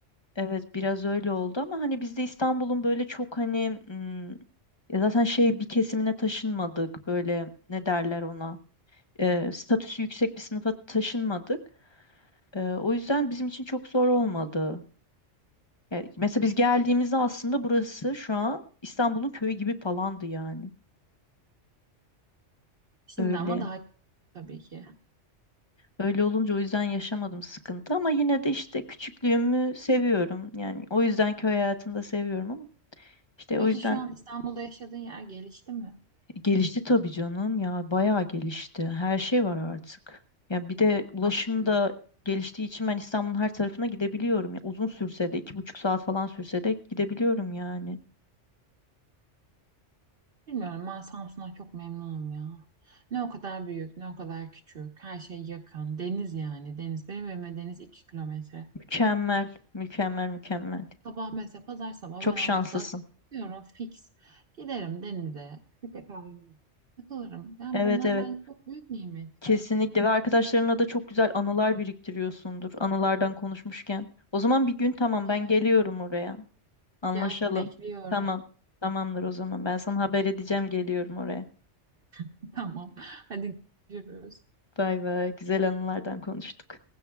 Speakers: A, on the left; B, on the right.
A: Evet biraz öyle oldu ama hani biz de İstanbul'un böyle çok hani m, ya zaten şey bir kesimine taşınmadık. Böyle ne derler ona? e, statüsü yüksek bir sınıfa taşınmadık. E, o yüzden bizim için çok zor olmadı. Yani mesela biz geldiğimizde aslında burası şu an İstanbul'un köyü gibi falandı yani.
B: Şimdi
A: Öyle.
B: ama daha iyi tabii ki.
A: Öyle olunca o yüzden yaşamadım sıkıntı ama yine de işte küçüklüğümü seviyorum. Yani o yüzden köy hayatını da seviyorum ama işte
B: Peki
A: o yüzden
B: şu an İstanbul'da yaşadığın yer gelişti mi?
A: Gelişti tabii canım ya bayağı gelişti. Her şey var artık. Yani bir de ulaşım
B: oluyor.
A: da geliştiği için ben İstanbul'un her tarafına gidebiliyorum. Ya uzun sürse de iki buçuk saat falan sürse de gidebiliyorum yani.
B: Bilmiyorum ben Samsun'a çok memnunum ya. Ne o kadar büyük, ne o kadar küçük. Her şey yakın. Deniz yani. Deniz. Benim evime deniz 2 kilometre.
A: Mükemmel, mükemmel, mükemmel.
B: Sabah mesela pazar sabah
A: Çok
B: ben altıda,
A: şanslısın.
B: diyorum fix. Giderim denize. Bir tek kahvemi Takılırım. Yani
A: Evet
B: bunlar
A: evet.
B: bence çok büyük nimetler.
A: Kesinlikle ve arkadaşlarınla da çok güzel anılar biriktiriyorsundur. Anılardan konuşmuşken. O zaman bir gün tamam ben
B: Ee,
A: geliyorum oraya. Anlaşalım.
B: gel bekliyorum.
A: Tamam. Tamamdır o zaman. Ben sana haber edeceğim geliyorum oraya.
B: <laughs> Tamam. Hadi görüşürüz.
A: Bay bay. Güzel anılardan konuştuk.